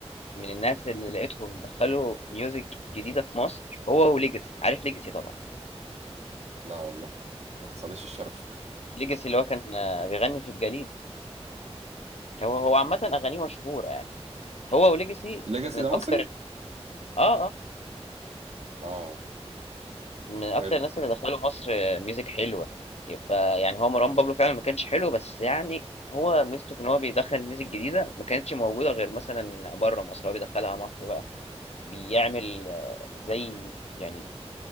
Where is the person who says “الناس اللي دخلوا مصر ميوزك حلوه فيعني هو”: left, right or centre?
Left